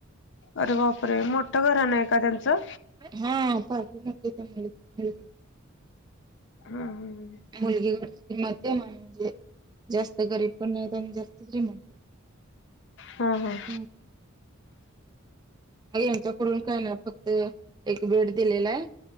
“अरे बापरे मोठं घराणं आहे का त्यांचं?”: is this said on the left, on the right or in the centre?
Left